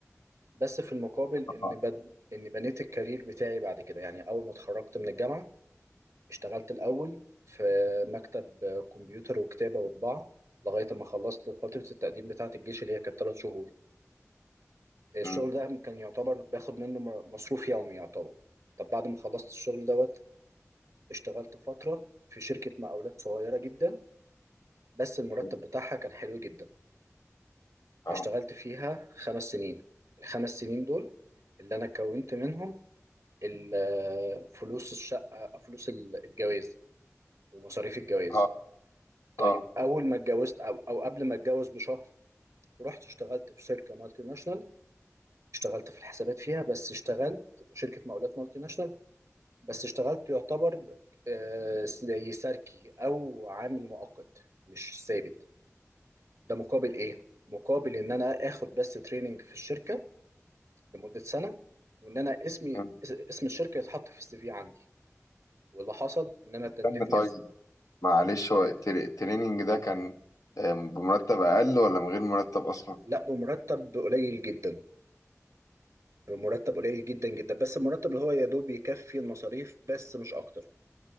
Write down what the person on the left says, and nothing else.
طبعا
م،
حلو
اه
اه
اه
م،
استنى
طيب معلش هو التري- التريننج ده كان آه، بمرتب أقل ولا من غير مرتب أصلا؟